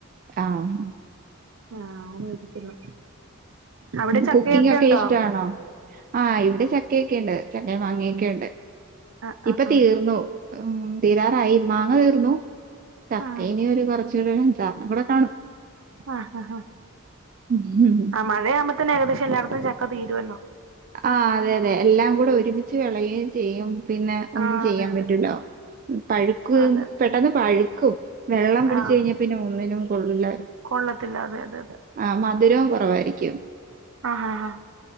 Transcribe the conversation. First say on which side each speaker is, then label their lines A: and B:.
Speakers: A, on the right; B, on the right.
A: ആഹ്
B: ആവു ഇരിക്കുന്നു അവിടെ ചക്കയൊക്കെ
A: കുക്കിങ്ങൊക്കെ
B: ഉണ്ടോ
A: ഇഷ്ടമാണോ? ആഹ് ഇവിടെ ചക്കയൊക്കെയുണ്ട് ചക്കയും മാങ്ങയൊക്കെയുണ്ട്.
B: ആഹ് ആഹ്
A: ഇപ്പൊ
B: ആഹ്
A: തീർന്നു ഉം തീരാറായി മാങ്ങ തീർന്നു. ചക്കയിനി
B: ആഹ്
A: ഒരു കുറച്ചു കൂടെ ഒരഞ്ചാറെണ്ണം കൂടെ കാണും
B: ആഹ് ഹാ
A: ഹും
B: ആഹ് മഴയാവു ത്തിന് ഏകദേശം എല്ലായിടത്തും ചക്ക തീരുല്ലോ.
A: ആ അതെ അതെ എല്ലാം കൂടെ ഒരുമിച്ച് വിളയയും ചെയ്യും പിന്നെ ഒന്നും
B: ആഹ്
A: ചെയ്യാൻ
B: അതെ
A: പറ്റൂല്ല. പഴുക്ക്‌
B: അതെ അതെ അതെ
A: പെട്ടെന്ന് പഴുക്കും വെള്ളം പിടിച്ച്
B: ആഹ്
A: കഴിഞ്ഞ പിന്നെ ഒന്നിനും കൊള്ളൂല്ല.
B: കൊള്ളത്തില്ല അതെ അതെ അതെ
A: ആഹ് മധുരം കുറവായിരിക്കും
B: ആഹ ഹ ഹ